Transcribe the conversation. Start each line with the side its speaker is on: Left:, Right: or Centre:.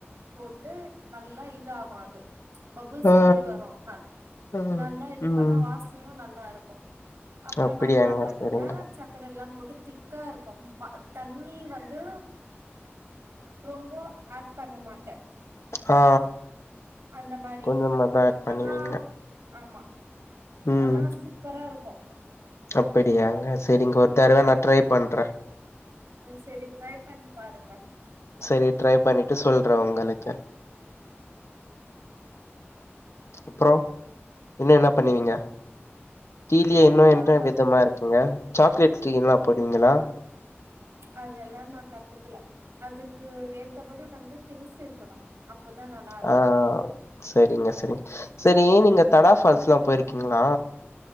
Right: போட்டு நல்லா இது ஆகு அது பபுள்ஸ்
Left: ஆ
Right: மாரி வரு நள்
Left: ஆ
Right: நல்லா இது
Left: ம்
Right: பண்ணா வாசனையு நல்லா இருக்கு அப்பறமா
Left: அப்படியாங்க
Right: என்னா பண்ணுவே
Left: சரிங்க
Right: சக் கர எல்லா போட்டு திக்கா இருக்கு ப தண்ணி வந்து ரொம்போ ஆட் பண்ண மாட்டே
Left: ஹா
Right: அந்த மாரி
Left: கொஞ்சமா தா ஆட் பண்ணுவீங்க
Right: ஆனா ஆமா
Left: ம்
Right: அனா சூப்பரா இருக்கு
Left: அப்படியாங்க செரிங்க ஒரு தரவ நா ட்ரை பண்ற
Right: ம் செரி ட்ரை பண்ணி பாருங்க
Left: செரி ட்ரை பண்ணிட்டு சொல்ற உங்களுக்கு அப்றோ இன்னு என்ன பண்ணுவீங்க டீலயே
Right: அவ்ளோதாங்க
Left: இன்னு என்ற விதமா இருக்குங்க சாக்லேட் டீ எல்லா போடுவீங்களா
Right: அதெல்லா நா கத்துக்கல அதுக்கு ஏத்தபடி வந்து திங்ஸ் இருக்கணு அப்போதா நல்லா இருக்கு
Left: ஆ சரிங்க சரிங் சரி நீங்க தடா ஃபால்ஸ்ல்லா போயிருக்கீங்களா